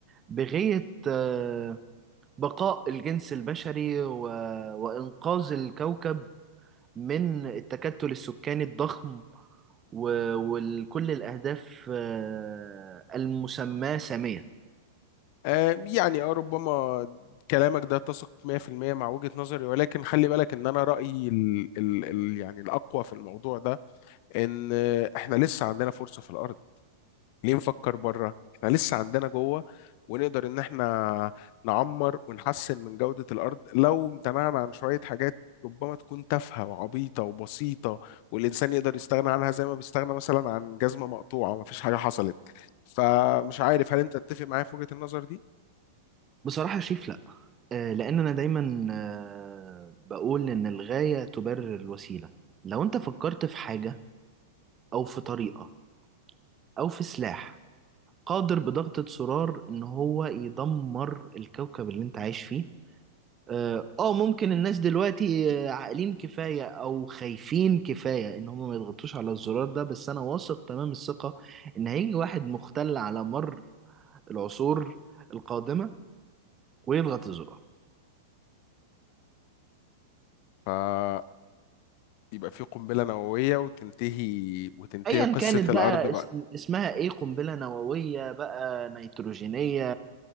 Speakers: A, on the right; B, on the left.
A: بغية آه، بقاء الجنس البشري و- وإنقاذ الكوكب من التكتل السكاني الضخم و- وكل الأهداف آه، المسماة سامية
B: آه يعني اه ربما كلامك ده اتسق 100% مع وجهة نظري ولكن خلي بالك ان انا رأيي ال ال ال يعني الاقوى في الموضوع ده ان آه، احنا لسه عندنا فرصة في الارض ليه نفكر بره احنا لسه عندنا جوه ونقدر ان احنا نعمر ونحسن من جودة الارض لو امتنعنا عن شوية حاجات ربما تكون تافهة وعبيطة وبسيطة والانسان يقدر يستغنى عنها زي ما بيستغنى مثلا عن جزمة مقطوعة ومفيش حاجة حصلت فمش عارف هل انت تتفق معايا في وجهة النظر دي
A: بصراحة شايف لأ آه، لأن أنا دايما آه، بقول إن الغاية تبرر الوسيلة لو أنت فكرت في حاجة أو في طريقة أو في سلاح قادر بضغطة زرار ان هو يدمر الكوكب اللي انت عايش فيه اه آه، ممكن الناس دلوقتي آه، عاقلين كفاية او خايفين كفاية ان هم ما يضغطوش على الزرار ده بس انا واثق تمام الثقة ان هيجي واحد مختل على مر العصور القادمة ويضغط الزرار
B: فيبقى في قنبلة نووية وتنتهي وتنتهي
A: ايا
B: قصة
A: كانت
B: الارض
A: بقى
B: بقى
A: اس- اسمها ايه قنبلة نووية بقى نيتروجينية